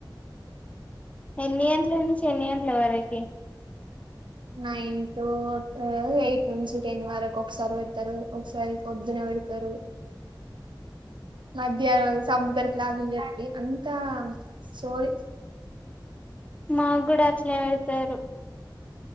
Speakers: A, on the left (about 15°); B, on the right (about 75°).
A: ఎన్ని గంటల నుంచి ఎన్ని గంటల వరకి
B: నైన్ టు ఎయిట్ నుంచి టెన్ వరకు ఒకసారి పెడతరు ఒకసారి పొద్దున పెడతరు మధ్యాహ్నం సంపుతరు <unintelligible> అంతా సోది
A: మాకు కూడా అట్లనే పెడతరు